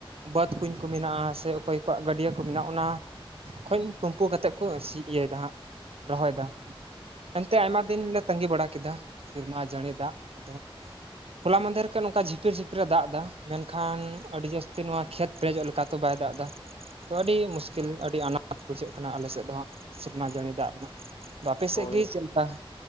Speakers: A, on the right; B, on the left.
A: ᱵᱟᱹᱛ ᱠᱩᱧ ᱠᱚ ᱢᱮᱱᱟᱜᱼᱟ ᱥᱮ ᱚᱠᱚᱭ ᱠᱚᱣᱟᱜ ᱜᱟᱹᱰᱭᱟᱹ ᱠᱚ ᱢᱮᱱᱟᱜᱼᱟ ᱚᱱᱟ ᱠᱷᱚᱧ ᱠᱩᱢᱯᱩ ᱠᱟᱛᱮᱫ ᱠᱚ ᱥᱤ ᱤᱭᱟᱹᱭᱮᱫᱟ ᱦᱟᱸᱜ ᱨᱚᱦᱚᱭᱮᱫᱟ ᱾ ᱮᱱᱛᱮ ᱟᱭᱢᱟ
B: ᱟᱪᱪᱷᱟ
A: ᱫᱤᱱ
B: ᱟᱪᱪᱷᱟ
A: ᱞᱮ ᱛᱟᱺᱜᱤ ᱵᱟᱲᱟ ᱠᱮᱫᱟ ᱥᱮᱨᱢᱟ ᱡᱟᱹᱲᱤ ᱫᱟᱜ, ᱟᱫᱚ ᱦᱚᱞᱟ ᱢᱟᱫᱷᱮᱨ ᱠᱷᱚᱱ ᱱᱚᱝᱠᱟ ᱡᱷᱤᱯᱤᱨ ᱡᱷᱤᱯᱤᱨᱮ ᱫᱟᱜ ᱮᱫᱟ ᱢᱮᱱᱠᱷᱟᱱ ᱟᱹᱰᱤ ᱡᱟᱹᱥᱛᱤ ᱱᱚᱣᱟ ᱠᱷᱮᱛ ᱯᱮᱨᱮᱡᱚᱜ ᱞᱮᱠᱟ ᱛᱚ ᱵᱟᱭ ᱫᱟᱜ ᱮᱫᱟ ᱾ ᱛᱚ ᱟᱹᱰᱤ ᱢᱩᱥᱠᱤᱞ ᱟᱹᱰᱤ ᱟᱱᱟᱴ ᱵᱩᱡᱷᱟᱹᱜ ᱠᱟᱱᱟ ᱟᱞᱮ ᱥᱮᱫ ᱫᱚ ᱦᱟᱸᱜ ᱥᱮᱨᱢᱟ ᱡᱟᱹᱲᱤ ᱫᱟᱜ ᱨᱮᱱᱟᱜ ᱾ ᱟᱫᱚ ᱟᱯᱮ
B: ᱦᱳᱭ
A: ᱥᱮᱫ ᱜᱮ ᱪᱮᱫ ᱞᱮᱠᱟ?